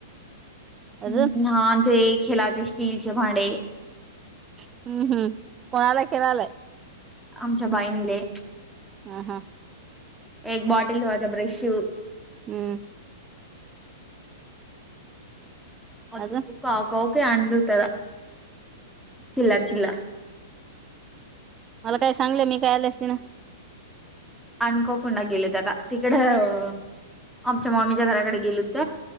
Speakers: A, on the right; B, in the centre.
A: अजून
B: हम्म हा तेे खेलाचे स्टीलचे भांडे,
A: हम्म हम्म कोणाला खेळावे.
B: आमच्या बहिणीले.
A: हा हा.
B: एक बॉटल ठेवायच्या ब्रश
A: हम्म हम्म
B: अतक
A: अजून
B: काका वक आनरतदा चिल्लर चिल्लर <inaudible>
A: मला काय सांगलं मी काय आलेस ति ना-
B: आम्ही कोकणला गेल होत आता, तिकड आमच्या मामीच्या घराकडे गेलं होत